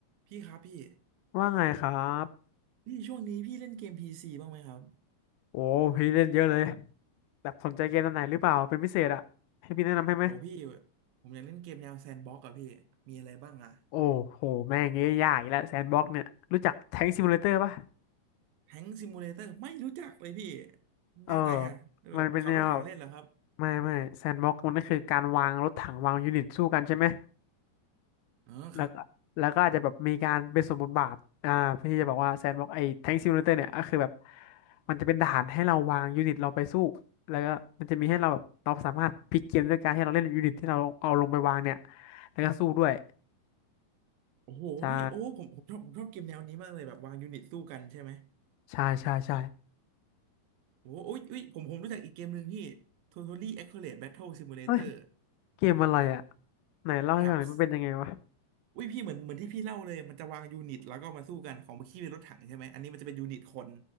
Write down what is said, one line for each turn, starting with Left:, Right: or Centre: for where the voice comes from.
Right: พี่ครับพี่
Left: ว่าไงครับ
Right: พี่ช่วงนี้พี่เล่นเกมพีซีบ้างไหมครับ
Left: โอ้พี่เล่นเยอะเลยแบบสนใจเกมอันไหนหรือเปล่า เป็นพิเศษอะให้พี่แนะนำให้ไหม
Right: โอ้พี่ผมอยากเล่นเกมแนวแซนด์บ็อกซ์อะพี่มีอะไรบ้างอะ
Left: โอ้โห แม่งเงี้ยยากอีกแล้วแซนบ็อกเนี่ย รู้จักแทงซิมูเลเตอร์ปะ
Right: แทงซิมูเลเตอร์ไม่รู้จักเลยพี่
Left: เออ
Right: แนวไหนอะแบบขับรถถังเล่นเหรอครับ
Left: มันเป็นแนวแบบไม่ไม่แซนบ็อกมันก็คือการวางรถถังวางยูนิตสู้กันใช่ไหม
Right: อ๋อครับ
Left: แล้วก็แล้วก็อาจจะแบบมีการเป็นสมมุติบาทอ่าเพื่อที่จะบอกว่าแซนบอกไอ้แท็งซิมูเลเตอร์เนี่ยก็คือแบบมันจะเป็นฐานให้เราวางยูนิตเราไปสู้แล้วก็มันจะมีให้เราแบบเราสามารถพลิกเกมด้วยการให้เราเล่นยูนิตที่เราเอาลงไปวางเนี่ยแล้วก็สู้ด้วย
Right: โอ้โหพี่โอ้ผมผมชอบผมชอบเกมแนวนี้มากเลยแบบวางยูนิตสู้กันใช่ไหม
Left: ใช่ใช่ใช่ใช่
Right: โอ้โหอยอุยผมผมรู้จักอีกเกมหนึ่งพี่ Totally Accurate Battle Simulator
Left: เฮ้ยเกมอะไรอ่ะไหนเล่าให้ฟังหน่อยมันเป็นยังไงวะ
Right: Tabs อุ้ยพี่เหมือนเหมือนที่พี่เล่าเลยมันจะวางยูนิตแล้วก็มาสู้กันของเมื่อกี้เป็นรถถังใช่ไหมอันนี้มันจะเป็นยูนิตคน